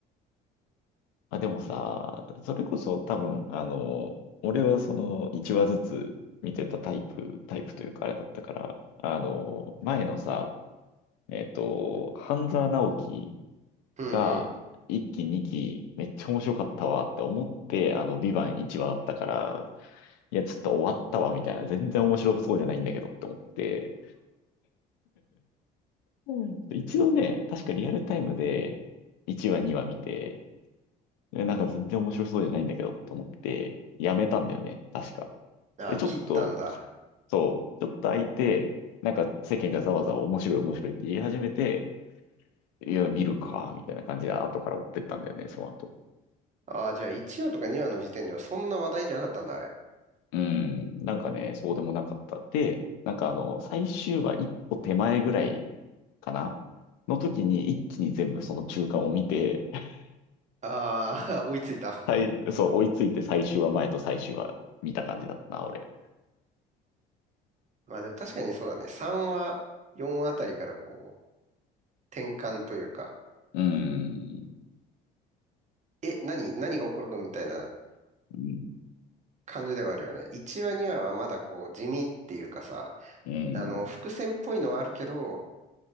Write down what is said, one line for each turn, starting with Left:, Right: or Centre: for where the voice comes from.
Left: あ、でもさ、それこそ多分、あの、俺はその1話ずつ見てたタイプ、タイプというかあれだったから、あの、前のさ、えっと、半沢直樹
Right: う。うんうんう
Left: が1期2期めっちゃ面白かったわって思って、あの、ビバン1話だったから、いや、ちょっと終わったわみたいな、全然面白そうじゃないんだけどって思って、うん。一度ね、確かリアルタイムで1話2話見て、えなんか全然面白そうじゃないんだけどと思って、やめたんだよね、確か。
Right: ん。ああ、
Left: で、ちょっと、
Right: 切ったんだ。
Left: そう、ちょっと空いて、なんか世間がざわざわ面白い面白いって言い始めて、いや、見るか、みたいな感じで後から追ってったんだよね、その後。
Right: ああ、じゃあ1話とか2話の時点ではそんな話題じゃなかったんだ、あれ。
Left: うん、なんかね、そうでもなかった。で、なんかあの、最終話一歩手前ぐらいかなの時に一気に全部その中間を見て、<laughs>
Right: ああ、<laughs> 追いついた。
Left: 最、そう、追いついて最終話前と最終話見た感じだったな、俺。
Right: まあでも確かにそうだね。
Left: いや
Right: 3話、4話あたりからこう、転換というか、
Left: うーん。
Right: え、何、何が起こるのみたいな
Left: うん。
Right: 感じではあるよね。1話、2話はまだこう、地味っていうかさ、
Left: うん。うん
Right: あの、伏線っぽいのはあるけど、